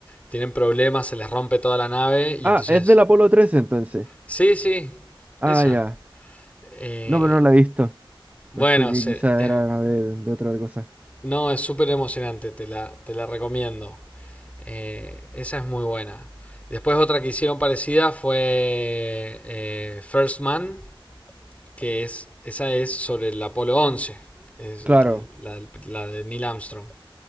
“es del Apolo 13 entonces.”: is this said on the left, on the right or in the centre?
Right